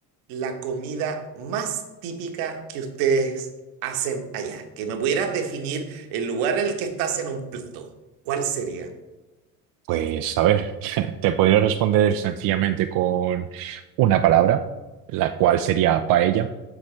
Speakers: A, on the right (about 60°); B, on the right (about 45°).
A: la comida más típica que ustedes hacen allá? Que me pudieras definir el lugar en el que estás en un plato. ¿Cuál sería?
B: Pues a ver, <laughs> te podría responder sencillamente con una palabra, la cual sería paella,